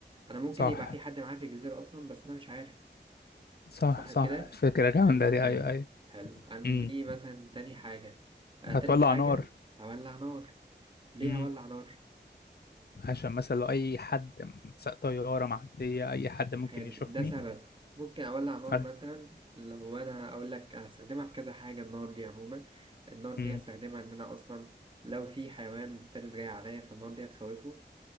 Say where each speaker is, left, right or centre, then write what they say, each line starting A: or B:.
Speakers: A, on the right; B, on the left.
A: انا ممكن
B: صح
A: يبقى في حد معايا في الجزيرة اصلا بس انا مش عارف
B: صح
A: صح
B: صح
A: كده
B: فكرة جامدة
A: حلو الكلام
B: دي أيوه أيوه
A: حلو عندي
B: مم.
A: مثلا تاني حاجة آه تالت
B: هتولع
A: حاجة
B: نار
A: هولع نار ليه
B: مم.
A: هولع نار
B: عشان مثلا لو أي حد سواق طيارة معدية أي حد ممكن
A: حلو
B: يشوفني
A: ده سبب ممكن أولع نار
B: عارف
A: مثلا لو أنا أقول لك هستخدمها في كذا حاجة النار دي عموما النار
B: مم.
A: دي هستخدمها إن أنا أصلا لو في حيوان مفترس جاي عليا فالنار دي هتخوفه